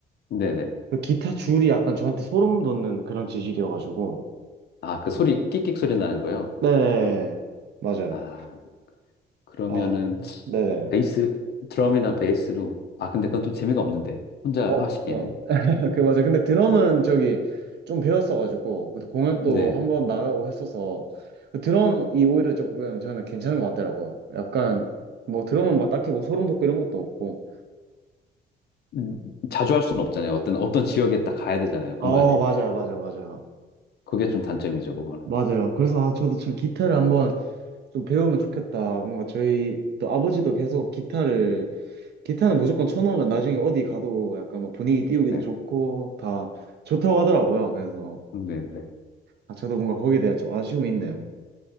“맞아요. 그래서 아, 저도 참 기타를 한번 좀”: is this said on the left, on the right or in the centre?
Right